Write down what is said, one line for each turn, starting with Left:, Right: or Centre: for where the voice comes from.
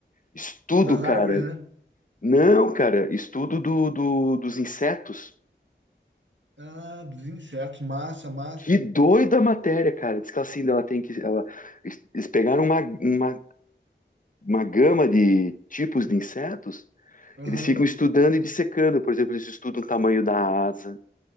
Left: Estudo,
Right: das
Left: cara,
Right: árvores, né?
Left: Não, cara, estudo do, do- dos insetos.
Right: Ah, dos insetos. Massa, massa.
Left: Que doida a matéria, cara. Diz que assim, ela tem que. Ela, eles pegaram uma, uma, uma gama de tipos de insetos,
Right: Aham.
Left: eles ficam estudando e dissecando. Por exemplo, eles estudam o tamanho da asa,